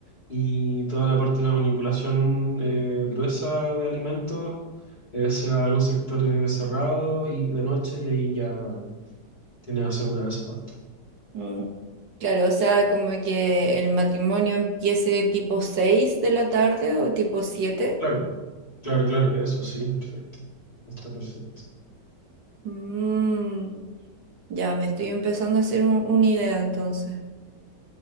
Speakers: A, on the left; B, on the right.
A: y toda la parte de la manipulación eh, gruesa de alimentos, eh, sea en un sector eh, cerrado y de noche y ahí ya tienes asegurada esa parte.
B: Mm, Claro, o sea, como que el matrimonio empiece tipo 6 de la tarde o tipo siete
A: Claro. Claro, claro, eso sí, perfecto. Está perfecto.
B: Mm, ya me estoy empezando a hacer un- una idea entonces.